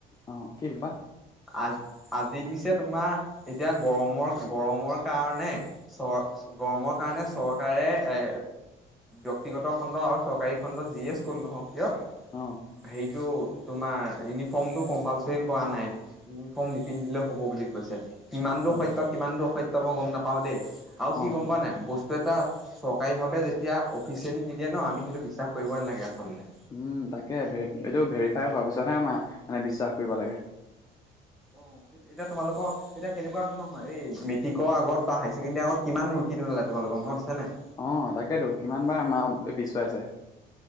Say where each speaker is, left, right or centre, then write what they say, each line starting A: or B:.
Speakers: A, on the left (about 20°); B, in the centre.
A: অ কিবা?
B: আজ আজি দিছে তোমাৰ এতিয়া গৰমৰ, গৰমৰ কাৰণে চৰ গৰমৰ কাৰণে চৰকাৰে এ, ব্যক্তিগত খণ্ড আৰু চৰকাৰী খণ্ড যিয়ে স্কুল নহওক কিয়,
A: অঁ
B: সেইটো তোমাৰ ইউনিফৰ্মতটো কম্পালচৰি কৰা নাই। ইউনিফৰ্ম নিপিন্ধিলেও হব বুলি কৈছে। কিমান দূৰ
A: অ',
B: সত্য কিমান দূৰ অসত্য মই গম নাপাওঁ দেই আৰু
A: অ',
B: কি গম পোৱা নাই বচ, এটা চৰকাৰী ভাৱে যেতিয়া অফিচিয়েলি নিদিয়ে ন আমি সেইটো বিশ্বাস কৰিবই নালাগে আচলতে।
A: উম তাকে এইটো ভেৰিফাই হোৱাৰ পিছতহে আমাৰ মানে বিশ্বাস কৰিব লাগে।
B: অ, এতিয়া তোমলোকৰ এতিয়া কেনেকুৱা ধৰণৰ হয় এই মেট্ৰিকৰ আগত বা হাই ছেকেণ্ডৰী আগত কিমান দূৰ, কি নোলালে তোমালোকৰ মনত আছে‌ নাই?
A: অ তাকেতো কিমান বাৰ আমাৰ পিছুৱাইছে।